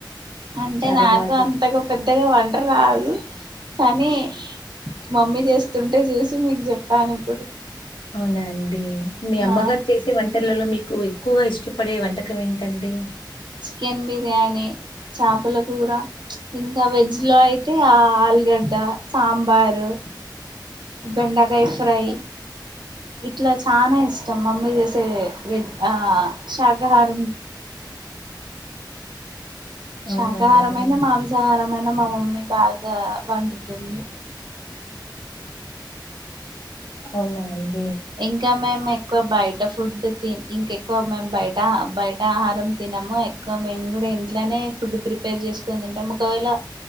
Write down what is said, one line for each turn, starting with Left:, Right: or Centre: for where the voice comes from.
Right: అంటే
Left: చాలా
Right: నాకు
Left: బాగా చెప్
Right: అంతగా పెద్దగా వంట రాదు కానీ మమ్మీ చేస్తుంటే చూసి మీకు చెప్పాను ఇప్పుడు
Left: అవునా అండి మీ అమ్మగారు
Right: ఆ
Left: చేసే వంటళ్ళల్లో మీకు ఎక్కువగా ఇష్ ఇష్టపడే వంటకం ఏంటండి
Right: చికెన్ బిర్యానీ చపల కూర ఇంకా వెజ్ లో అయితే ఆ ఆల్గడ్డ సాంబారు బెండకాయ్ ఫ్రై ఇట్లా చానా ఇష్టం మమ్మీ చేసే వెజ్ ఆ శాకాహారం
Left: అవునా
Right: శాకాహారమయిన
Left: అండి
Right: మాంసాహారమయిన మా మమ్మీ బాగా వండుతుంది
Left: అవునాండి
Right: ఇంకా మేమే ఎక్కువ బయట ఫుడ్ తి ఇంకెక్కువ మేం బయట బయట ఆహారం తినము ఎక్కువ మేమ్ గుడా ఇంట్లనే ఫుడ్ ప్రిపేర్ చేసుకొని తింటం ఒకవేళ